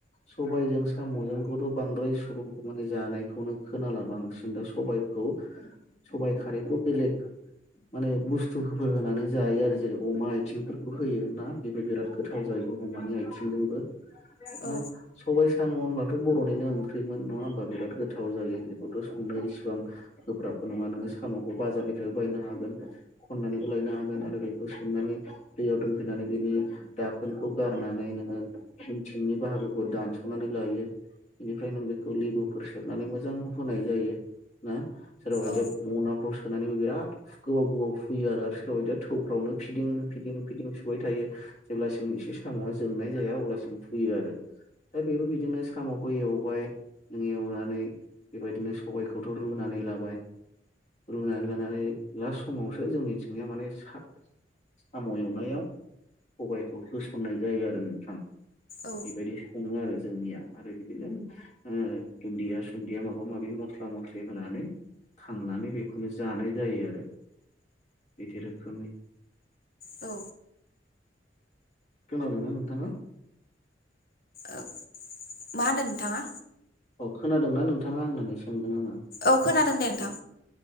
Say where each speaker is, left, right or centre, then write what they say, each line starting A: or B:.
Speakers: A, on the left; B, on the left.
A: सब बाइजों साम'जोंखौथ' बांद्राय सुबुंखौ माने जानायखौनो खोनाला बांसिन दा सबाइखौ सबाइ खारैखौ बेलेग माने बुस्थुफोर होनानै जायो आरो जेरै अमा आथिंफोरखौ होयो ना बेबो बिराद गोथाव जायो अमानि आइथिंजोंबो ओ
B: औ
A: सबाइ साम' होनबाथ' बर'निनो ओंख्रिमोन नङा होमबा बिराद गोथाव जायो बेखौथ' संनो इसिबां गोब्राब नङा नोङो साम'खौ बाजारनिफ्रायबो बायनो हागोन खन्नानैबो लायनो हागोन आरो बेखौ सोमनानै दैयाव दोनफैनानै बिनि दाखोनखौ गारनानै नोङो उनथिंनि बाहागोखौ दानस'नानै लायो बेनिफ्राय नों बेखौ लिबुफोर सेबनानै मोजां होनाय जायो ना सोरबा बायदिया
B: औ
A: मनाफ्राव सोनानैबो बिराद गोबाव गोबाव हुयो आरो सोरबा बायदिया थौफ्रावनो फिदिं फिदिं फिदिं सुबाय थायो जेब्लासिम एसे साम'आ जोंनाय जाया अब्लासिम हुयो आरो दा बेबो बिदिनो साम'खौ एवबाय नों एवनानै बेबायदिनो सबायखौथ' रुनानै लाबाय रुनानै लानानै लास्ट समावसो जोंनिथिंनायया माने साग साम' एवनायाव सबाइखौ होसननाय जायो आरो नोंथां
B: औ
A: बेबायदि सङो आरो जोंनिया आरो बिदिनो ओ दुन्दिया सुन्दिया माबा माबि मस्ला मस्लि होनानै थांनानै बेखौनो जानाय जायो आरो बिदि रोखोमनि
B: औ
A: खोनादो नोंथाङा
B: ओ मा होनदो नोंथाङा
A: अ खोनादों ना नोंथाङा होननानै सोंदों आङो
B: औ खोनादों दे नोंथां